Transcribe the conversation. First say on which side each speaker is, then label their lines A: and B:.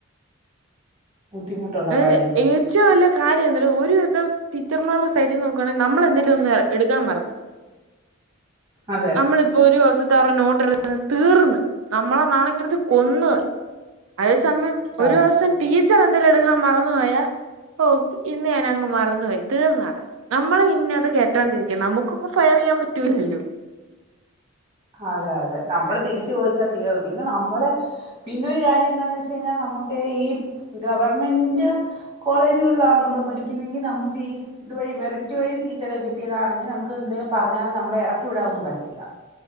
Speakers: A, on the right (about 25°); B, on the right (about 75°).
A: ബുദ്ധിമുട്ടുള്ള
B: ഏ
A: കാര്യമല്ലേ
B: ഏച്ചു അല്ല കാര്യം എന്തര് ഒരുവിധം ടീച്ചർമാരുടെ സൈഡിൽ നോക്കാണെങ്കി നമ്മള എന്തെലും ഒന്ന് എടുക്കാൻ മറന്ന്
A: അതെ
B: നമ്മള് ഇപ്പോ ഒരുസ <unintelligible> നോട്ടെടു തീർന്ന് നമ്മളെ നാണം കെടുത്തി കൊന്ന് കളയും അത് സമയം
A: ടാറ്.
B: ഒരൂസം ടീച്ചർ എടുക്കാൻ മറന്നു പോയാ ഓ ഇന്ന് ഞാൻ അങ്ങ് മറന്നു പോയി തീർന്നവിടെ നമ്മള് പിന്ന ത് കേട്ടാണ്ടിരിക്ക നമുക്കിപ്പൊ ഫയർ ചെയ്യാൻ പറ്റൂല്ലല്ലോ
A: അതെ അതെ നമ്മള് തിരിച്ചു ചോദിച്ചാൽ തീർ പിന്നെ നമ്മളെ പിന്നെ ഒരു കാര്യം എന്താന്ന് വെച്ചു കഴിഞ്ഞാൽ നമുക്ക് ഈ ഗവർമെന്റ് കോളേജുകളിലാ <unintelligible> നമ്മൾ പഠിക്കുന്നെങ്കി നമുക്ക് ഈ ഇത് വഴി മെറിറ്റ് വഴി സീറ്റൊക്കെ കിട്ടിയതാണെകി നമുക്ക് എന്തെലും പറഞ്ഞാല് നമ്മ എറക്കി വിടാവൊന്നും പറ്റത്തില്ല